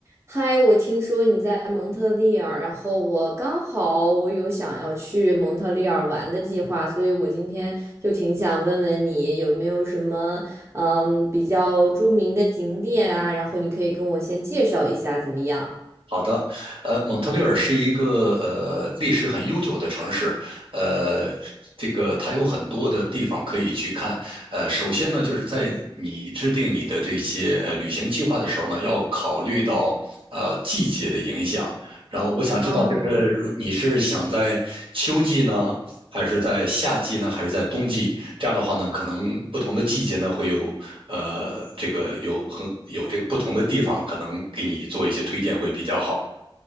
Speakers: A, on the right; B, on the right.
A: 嗨，我听说你在蒙特利尔，然后我刚好我有想要去蒙特利尔玩的计划，所以我今天就挺想问问你有没有什么嗯比较著名的景点啊，然后你可以跟我先介绍一下怎么样？
B: 好的，呃，蒙特利尔是一个呃历史很悠久的城市，呃，这个它有很多的地方可以去看。呃，首先呢，就是在你制定你的这些呃旅行计划的时候呢，要考虑到呃季节的影响。然后我想知道，
A: 啊。
B: 就是如你是想在秋季呢，还是在夏季呢，还是在冬季？这样的话呢，可能不同的季节呢，会有呃这个有很有这个不同的地方，可能给你做一些推荐会比较好。